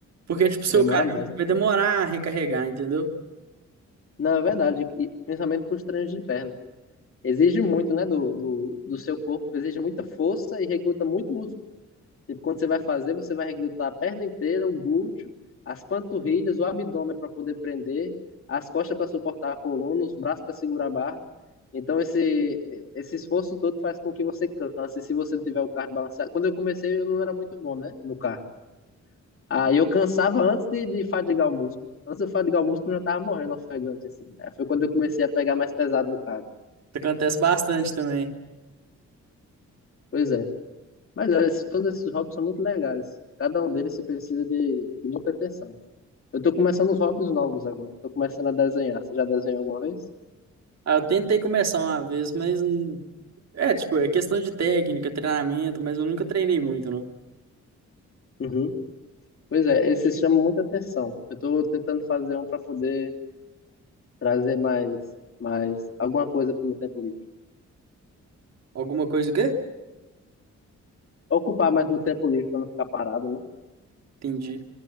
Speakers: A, on the right; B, on the left.
A: Porque, tipo, seu
B: Demora
A: cardio
B: mais, né?
A: vai demorar a recarregar, entendeu?
B: Não, é verdade, e principalmente para os treinos de perna. Exige muito, né, do, do, do seu corpo, exige muita força e recruta muito Tipo, quando você vai fazer, você vai recrutar a perna inteira, o glúteo, as panturrilhas, o abdômen para poder prender, as costas para suportar a coluna, os braços para segurar a barra. Então, esse, esse esforço todo faz com que você canse. Se você não tiver o cardio balanceado. Quando eu comecei, eu não era muito bom, né? No cardio. Aí eu cansava antes de, de fadigar o músculo. Antes de eu fadigar o músculo, eu já tava morrendo ofegante, assim. Aí foi quando eu comecei a pegar mais pesado no cardio.
A: Isso acontece bastante também.
B: Pois é. Mas olha, esses- todos esses hobbies são muito legais. Cada um deles você precisa de, de muita atenção. Eu tô começando os hobbies novos agora. Tô começando a desenhar. Você já desenhou alguma vez?
A: Ah, eu tentei começar uma vez, mas não- é, tipo, é questão de técnica, treinamento, mas eu nunca treinei muito, não.
B: Uhum. Pois é, esse chama muita atenção. Eu tô tentando fazer um para poder trazer mais, mais alguma coisa pro meu tempo livre.
A: Alguma coisa o quê?
B: Ocupar mais meu tempo livre para não ficar parado, né?
A: Entendi.